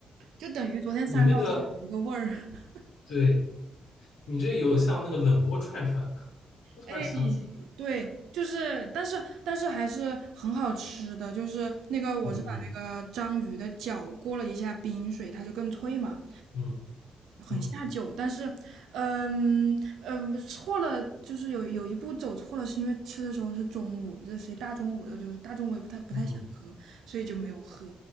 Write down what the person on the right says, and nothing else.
就等于昨天三道菜一个味儿。
<laughs>
哎，对，就是，但是但是还是很好吃的，就是那个我是把那个章鱼的脚过了一下冰水，
它就更脆嘛。
下酒，但是，嗯嗯，错了，就是有有一步走错了，是因为吃的时候是中午，这谁大中午的，就是大中午也不太不太想喝，
所以就没有喝。